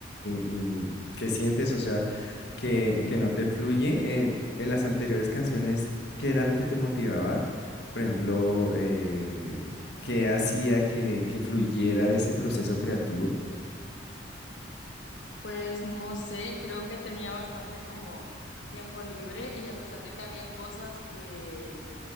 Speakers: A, on the left; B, on the left.
A: y, y ¿qué sientes? O sea, que, que no te fluye. eh, en las anteriores canciones, ¿qué era lo que te motivaba? Por ejemplo, eh, ¿qué hacía que, que fluyera ese proceso creativo?
B: Pues no sé, creo que tenía bastante como tiempo libre y a pesar de que habían cosas que,